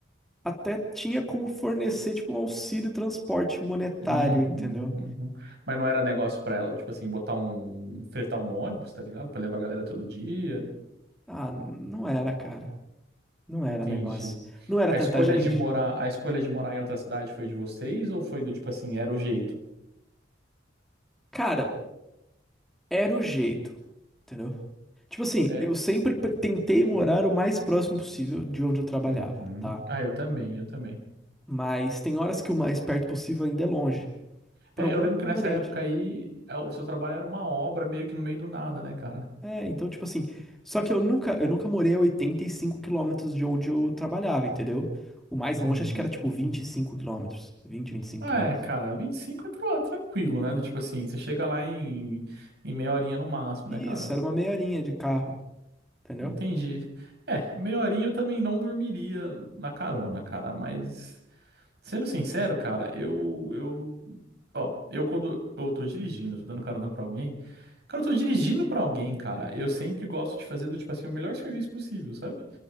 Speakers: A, in the centre; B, on the right (about 60°).
A: até tinha como fornecer, tipo, um auxílio transporte monetário,
B: Uhum,
A: entendeu?
B: uhum. Mas não era negócio pra ela, tipo assim, botar um, fretar um ônibus, tá ligado? Pra levar a galera todo dia.
A: Ah, não era, cara. Não
B: Entendi.
A: era negócio. Não era
B: A
A: tanta
B: escolha
A: gente.
B: de morar, a escolha de morar em outra cidade foi de vocês ou foi do tipo assim, era o jeito?
A: Cara, era o jeito, entendeu? Tipo assim,
B: É.
A: eu sempre pre- tentei morar o mais próximo possível de onde eu trabalhava,
B: Uhum.
A: tá?
B: Ah, eu também, eu também.
A: Mas tem horas que o mais perto possível ainda é longe, por
B: É,
A: algum
B: eu lembro que
A: conveniente,
B: nessa época
A: né?
B: aí, é, o seu trabalho era uma obra meio que no meio do nada, né, cara?
A: É, então tipo assim, só que eu nunca, eu nunca morei a 85 quilômetros de onde eu trabalhava, entendeu? O mais longe
B: Uhum.
A: acho que era tipo 25 quilômetros, vinte, vinte e cinco
B: É,
A: quilômetros.
B: cara, 25 é tro- tranquilo, né? Do tipo assim, você chega lá em, em meia horinha no máximo,
A: Isso,
B: né, cara?
A: era uma meia horinha de carro, entendeu?
B: Entendi. É, meia horinha eu também não dormiria na carona, cara, mas sendo sincero, cara, eu eu ó, eu quando eu tô dirigindo, tô dando carona pra alguém, cara, eu tô dirigindo pra alguém, cara, eu sempre gosto de fazer do tipo assim o melhor serviço possível, sabe?